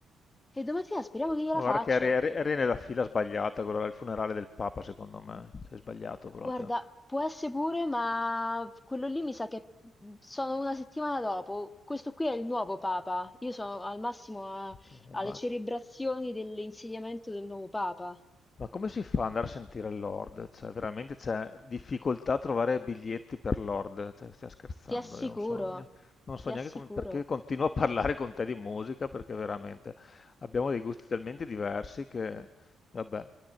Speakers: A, on the left; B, on the left.
A: E domattina speriamo che gliela
B: Guarda
A: faccio.
B: che eri, eri- eri nella fila sbagliata, quello là, il funerale del Papa, secondo me. Sei sbagliato proprio.
A: Guarda, può essere pure, ma quello lì mi sa che sono una settimana dopo. Questo qui è il nuovo Papa. Io sono al massimo a-
B: Eh,
A: alle
B: ma
A: celebrazioni dell'insediamento del nuovo Papa.
B: Ma come si fa ad andare a sentire Lord? Cioè, veramente c'è difficoltà a trovare biglietti per Lord? Cioè, stai scherzando,
A: Ti assicuro,
B: io non so, ne- non so
A: ti
B: neanche
A: assicuro.
B: come- perché continuo a parlare con te di musica, perché veramente abbiamo dei gusti talmente diversi che, vabbè.